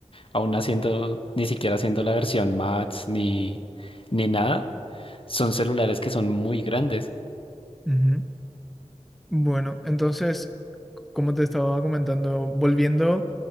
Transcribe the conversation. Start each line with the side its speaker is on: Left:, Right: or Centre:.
Left: aún haciendo, ni siquiera haciendo la versión Max ni, ni nada, son celulares que son muy grandes.
Centre: Ujú. Bueno, entonces como te estaba comentando, volviendo